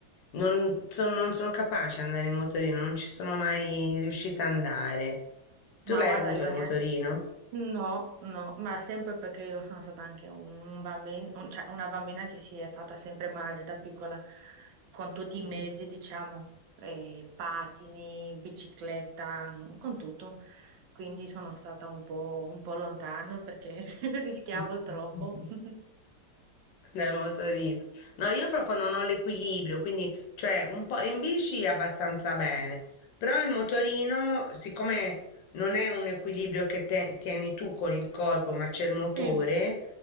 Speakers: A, on the left; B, on the right.
A: non sono, non sono capace ad andare in motorino, non ci sono mai riuscita ad andare.
B: Ma
A: Tu l'hai
B: guarda,
A: avuto
B: io
A: il
B: neanche...
A: motorino?
B: No, no, ma sempre perché io sono stata anche un bambino, cioè una bambina che si è fatta sempre male da piccola con tutti
A: <laughs>
B: i mezzi, diciamo, eh, patini, bicicletta, con tutto. Quindi sono stata un po', un po' lontano perché <laughs> rischiavo
A: Mm.
B: troppo. <laughs>
A: <laughs> Dal motorino. No, io proprio non ho l'equilibrio, quindi, cioè, un po' in bici abbastanza bene, però il motorino, siccome non è un equilibrio che te- tieni tu con il corpo, ma c'è il motore,
B: Sì.